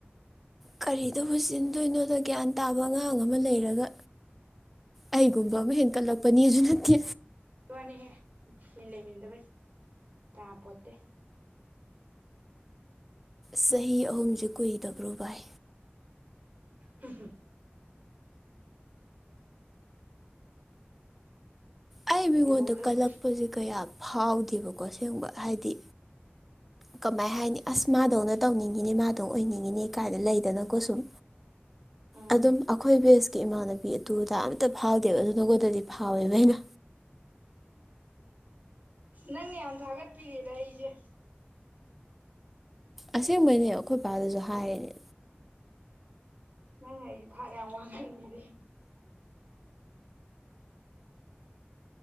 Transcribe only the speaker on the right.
ꯄꯅꯤ ꯍꯦ ꯄ ꯂꯩ ꯃꯤꯗꯕꯩ ꯇ ꯄꯣꯠꯇ
ꯍꯝ
ꯏꯕꯣꯛꯈꯛ
ꯎꯝ
ꯅꯪꯅ ꯌꯥꯝ ꯊꯥꯒꯠꯄꯤꯔꯦꯗ ꯑꯩꯁꯦ
ꯅꯪ ꯑꯩ ꯊꯥꯛ ꯌꯥꯝ ꯋꯥꯡꯊꯟꯕꯤꯗꯦ